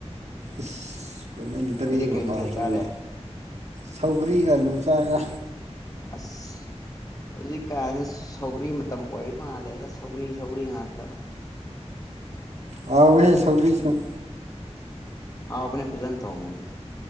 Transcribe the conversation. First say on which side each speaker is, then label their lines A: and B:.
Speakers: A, on the right; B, on the left.
A: ꯏꯁ ꯐꯖꯦꯟ ꯗ꯭ꯔꯦꯕ
B: ꯅꯣꯏꯗꯤ ꯀꯩ
A: ꯍꯥꯎꯕ꯭ꯔꯅꯤ
B: ꯃꯊꯦꯜ ꯆꯥꯔꯦ
A: ꯁꯧꯒ꯭ꯔꯤꯒ ꯑꯂꯨ ꯆꯥꯔ
B: ꯑꯁ ꯍꯧꯖꯤꯛ ꯀꯥꯟꯁꯤ ꯁꯧꯒ꯭ꯔꯤ ꯃꯇꯝ ꯑꯣꯏꯔꯤ ꯃꯥꯜꯂꯦ ꯑꯗ ꯁꯧꯒ꯭ꯔꯤ ꯁꯧꯒ꯭ꯔꯤ ꯉꯥꯛꯇ
A: ꯍꯥꯎꯋꯍꯦ ꯁꯧꯔꯤꯁꯨ
B: ꯍꯥꯎꯕꯅꯦ ꯐꯖꯟ ꯊꯣꯡꯉꯗꯤ